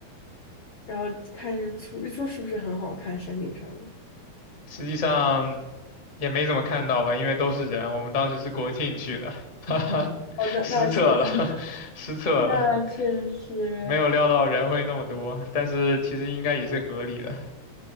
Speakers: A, on the left; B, on the left.
A: 然后看日出，日出是不是很好看？山顶上的。
B: 实际上也没怎么看到吧，因为都是人。我们当时是国庆去的，<laughs> 哈哈，
A: 哦，那那确实，
B: 失策了，<laughs> 失策了。
A: 那确实
B: 没有料到人会那么多，但是其实应该也是合理的。